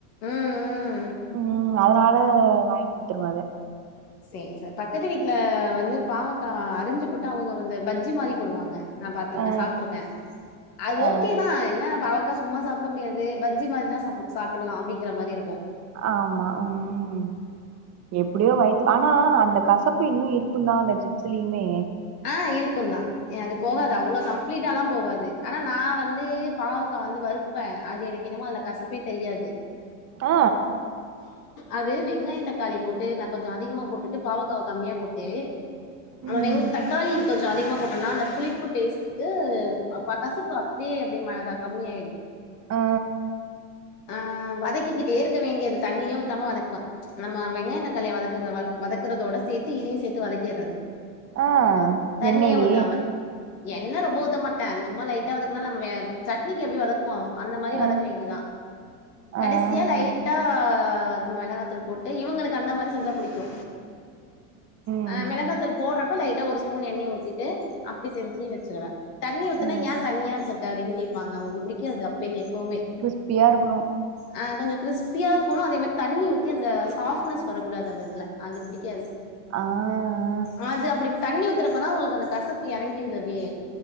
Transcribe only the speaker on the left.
ம் ம்
சேர் சார் பக்கத்து வீட்ல வந்து பாவக்கா அறிஞ்சு போட்டு அவங்க வந்து பஜ்ஜி மாறி போடுவாங்க நா பத்ருக்கே
சாப்பிட்ருக்கே அது
ஓகேதா என்ன பாவக்காஸ் சும்மா சாப்பட முடியாதே பஜ்ஜி மாதா சாப்பு சாப்ட்றலா அப்டிங்கற மாதி இருக்கு
ஆ இருக்குன்தா ய அது போகாது அவ்ளோ கம் ஃப்ளீட்டாலா போவாது ஆனா நா வந்து பாவக்கா வந்து வறுப்பே அது எனக் என்னமோ அல கசப்பே தெரியாது
அது வெங்காயு தக்காளி போட்டே நா கொஞ்சு அதிகமா போட்டுட்டு பாவக்காவ கம்மியா பொட்டே அவ
வெங் கொஞ்சோ அதிகமா போட்டன்னா அந்த புளிப்பு டேஸ்டுக்கு அ பா கசப்பு அப்டியே அப்டின் மா அதா கம்மியாய்டு
ஆ வதக்கிக்கிட்டே இருக்க வேண்டியது தண்ணியே ஊத்தாம வதக்வா நம்ம வெங்காயன் தக்காளிய வதக்கற வத் வதக்கறதோட சேத்தி இதியு சேத்து வதக்கிறது
தண்ணியே
ஊத்தாம என்ன ரொம்ப ஊத்த மாட்டே அது ச்சும்மா லைட்டா வதக்குனால் நம்வே சட்னிக்கு எப்டி வதக்வோ அந்த மாரி
வதக்கு வேண்டியதா கடஸ்சியா
லைட்டா அத் மெளகாத்தூள் போட்டு இவுங்களுக்கு அந்த மாரி செஞ்சா புடிக்கு அ
மெளகாத்தூள் போட்றப் பு லைட்டா ஒரு ஸ்பூன் எண்ணய ஊத்திட்டு அப்டி செஞ்சி வெச்சிருவே தண்ணிய ஊத்துனா
யா தண்ணியா வச்சுர்க்க அப்டின்னு கேப்பாங்க அவுங்கு புடிக்காது அப்பய்லே எப்போமே
அ கொஞ்சு க்றிஸ்ப்பியாவ் உக்குணு அதே மார் தண்ணி ஊத்தி அந்த சாஃப்னஸ் வரக்கூடாது அந்த இதுல அது பிடிக்காது
ஆ து அப்டி தண்ணி ஊத் தெரப்பதா உங்களுக் அந்த கசப்பு யறங்கிடுது அப்டியே